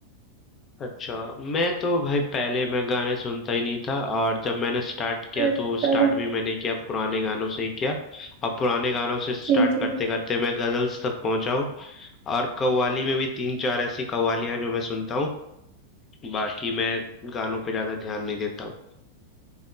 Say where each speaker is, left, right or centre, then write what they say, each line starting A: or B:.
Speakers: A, on the left; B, on the right.
A: अच्छा, मैं तो भाई पहले मैं गाने सुनता ही नहीं था और जब मैंने स्टार्ट किया
B: अच्छा
A: तो स्टार्ट भी मैंने किया पुराने गानों से ही किया और पुराने गानों से स्टार्ट
B: जी जी
A: करते करते मैं गजल्स तक पहुंचा हूँ और कव्वाली में भी तीन चार ऐसी कव्वालियां हैं जो मैं सुनता हूँ बाकी मैं गानों पे ज्यादा ध्यान नहीं देता हूँ